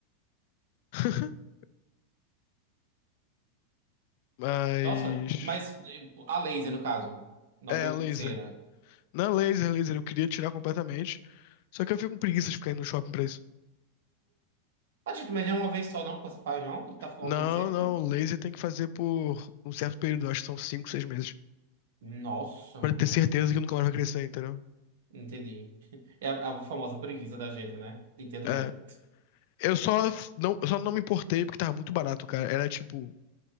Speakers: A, on the left; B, on the right.
A: <laughs> Mas.
B: Nossa, mas eh, a laser, no caso, não
A: É,
B: foi
A: laser.
B: cera.
A: Não é laser, laser, eu queria tirar completamente. Só que eu fico com preguiça de ficar indo no shopping pra isso.
B: Ah, Tito, mas é uma vez só não que você faz, não? Que tá voltando
A: Não,
B: sempre?
A: não, laser tem que fazer por um certo período, acho que são cinco, seis meses,
B: Nossa,
A: Pra ter certeza
B: é.
A: que nunca mais vai crescer, entendeu?
B: Entendi. <laughs> É a, a famosa preguiça da gente, né? Entendo
A: É,
B: bem.
A: eu só f- não, eu só não me importei porque tava muito barato, cara. Era tipo,